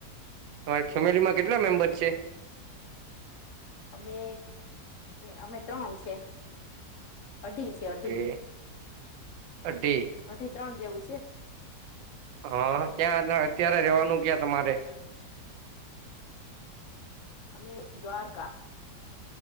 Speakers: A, on the right (about 85°); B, on the left (about 50°).
A: તમારી ફેમિલી માં કેટલા મેમ્બર છે
B: અમે અમે ત્રણ છે અઢી છે અઢી
A: ઓકે અઢી
B: અઢી ત્રણ જેવું છે
A: હા ક્યાં અત્યારે રહેવાનું ક્યાં તમારે
B: અમે દ્વારકા